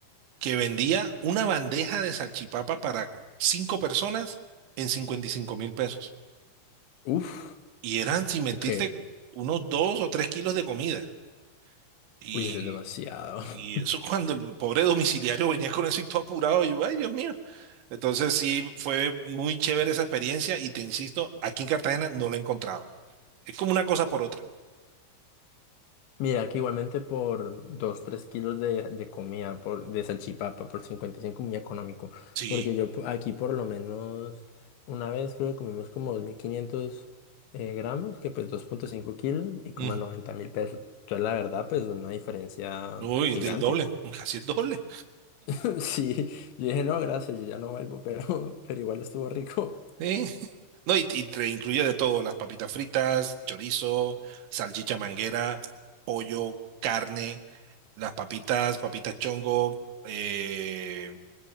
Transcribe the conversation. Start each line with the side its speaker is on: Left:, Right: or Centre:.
Right: que vendía una bandeja de salchipapa para cinco personas en cincuenta y cinco mil pesos.
Left: Uf,
Right: Y eran, sin mentirte,
Left: ok.
Right: unos dos o tres kilos de comida. Y,
Left: Uy, eso es demasiado.
Right: y
Left: <laughs>
Right: eso <laughs> cuando el pobre domiciliario venía con eso y todo apurado, yo, ay, Dios mío. Entonces sí, fue muy chévere esa experiencia y te insisto, aquí en Cartagena no la he encontrado. Es como una cosa por otra.
Left: Mira, que igualmente por dos tres kilos de, de comida, por, de salchipapa, por 55 muy económico.
Right: Sí.
Left: Porque yo p- aquí por lo menos una vez creo que comimos como 2.500 eh, gramos, que pues dos punto cinco kilos y como
Right: Ujú.
Left: noventa mil pesos. Entonces la verdad pues una diferencia
Right: Uy,
Left: gigante.
Right: del doble, casi el doble.
Left: <laughs> Sí, yo dije no, gracias, yo ya no vuelvo, pero, pero igual estuvo rico.
Right: Sí. No, y, y te incluye de todo, las papitas fritas, chorizo, salchicha manguera, pollo, carne, las papitas, papitas chongo, eh,